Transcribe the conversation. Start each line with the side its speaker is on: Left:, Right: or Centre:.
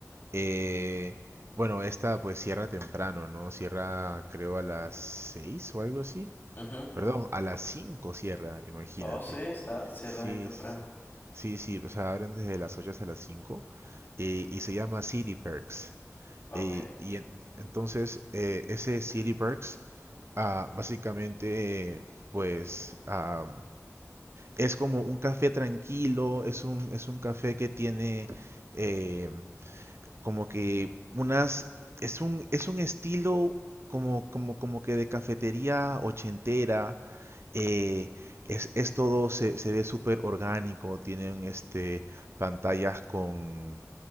Right: Eh, bueno, esta pues cierra temprano, ¿no? Cierra creo a las 6 o algo así.
Left: Ujú.
Right: Perdón, a las 5 cierra, imagínate.
Left: Oh, sí, está, cierra
Right: Sí,
Left: bien temprano.
Right: s- sí, sí, o sea, abren desde las 8 hasta las 5. eh, y se llama City Perks.
Left: Ok.
Right: Eh, y en- entonces, eh, ese City Perks, ah, básicamente, pues... ah, es como un café tranquilo, es un, es un café que tiene eh, como que unas, es un, es un estilo como, como, como que de cafetería ochentera, eh, es, es todo, se, se ve súper orgánico, tienen este, pantallas con,